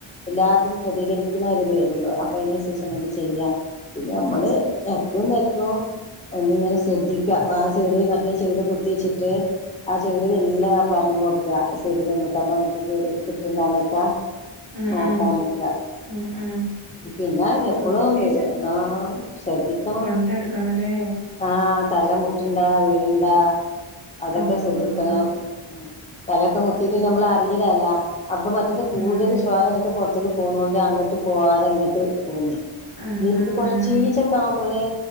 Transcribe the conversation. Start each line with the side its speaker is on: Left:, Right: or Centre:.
Left: എല്ലാത്തിനും പ്രതികരിക്കുന്ന ഒരിത് വരുവൊള്ളൂ അപ്പൊ അതിനനുസരിച്ച് അങ്ങട് ചെയ്യാം പിന്നെ നമ്മള് ഇടക്കു തലക്കു ഒന്നിങ്ങനെ ശ്രദ്ധിക്കാം ആ ചെവിയുടെയും മറ്റേ ചെവിടെ പൊത്തി വച്ചിട്ട്. ആ ചെവിടെ മെല്ലേ പറഞ്ഞു നോക്ക് ചെടിൽ <unintelligible> അപ്പൊ എനിക്ക് കിട്ടിണ്ടന്നൊക്കെ.
Right: ആഹ് ആഹ്
Left: നോക്കാനൊക്കെ
Right: ആഹ് ആഹ്
Left: പിന്നെ
Right: അപ്പൊ ശ്രദ്ധിച്ച്
Left: ഇപ്പളും ആഹ് ശ്രദ്ധിക്കണം.
Right: കൊണ്ടെടുക്കണല്ലേ
Left: ആഹ് തല മുട്ടുഉണ്ടോ വീണ് ഏ അതൊക്കെ
Right: ആഹ്
Left: ശ്രദ്ധിക്കണം തലയൊക്കെ മുട്ടിയിട്ട് നമ്മൾ ആര് അറിയില്ലാലാ അപ്പൊ മറ്റേ കൂടുതൽ
Right: ഉം അതെ
Left: ചോരങ്ങിട്ട് പുറത്തേക്ക് പോന്നോണ്ട് അങ്ങോട്ട് പോവാതെ ഇങ്ങോട്ട് പോന്ന്‌
Right: ആഹ്
Left: വരുമ്പ്
Right: ആഹ്
Left: കൊറച്ചീച്ചൊക്കെ
Right: ആഹ്
Left: ആവുമ്പോള്